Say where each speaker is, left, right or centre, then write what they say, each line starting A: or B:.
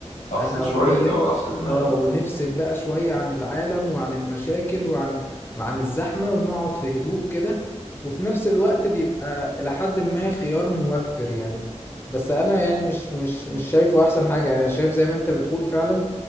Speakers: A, on the left (about 80°); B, on the left (about 20°).
A: أفصل
B: انا وهي
A: شوية اللي هو أفصل دماغي
B: اه ونفصل بقى شوية عن العالم وعن المشاكل وعن وعن الزحمة ونقعد في هدوء كده وفي نفس الوقت بيبقى إلى حد ما خيار موفر يعني بس أنا يعني مش مش مش شايفه أحسن حاجة يعني أنا شايف زي ما أنت بتقول فعلا